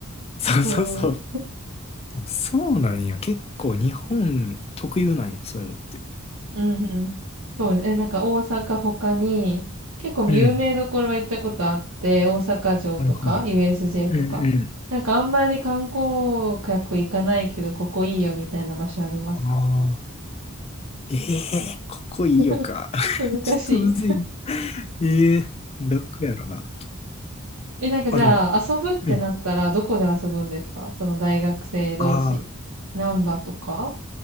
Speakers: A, on the left; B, on the right.
A: そうそうそう。
B: そう。
A: そうなんや。結構日本特有なんや、そういうのって。
B: うん、うん。そうです。え、なんか大阪他に、結構有名どころは行ったことあって、
A: うん。
B: 大阪城とか
A: はいはい。
B: USJ
A: うんうん。
B: とか。なんかあんまり観光客行かないけど、ここいいよみたいな場所ありますか
A: ああ。ええーここいいよか。
B: <laughs>
A: <laughs>
B: 難しい。
A: ちょっとむずいな。ええーどこやろな。
B: え、なんかじゃあ、
A: あ、でも、
B: 遊ぶってなったら、
A: うん。
B: どこで遊ぶんですかその大学生同士。
A: ああ、
B: 難波とか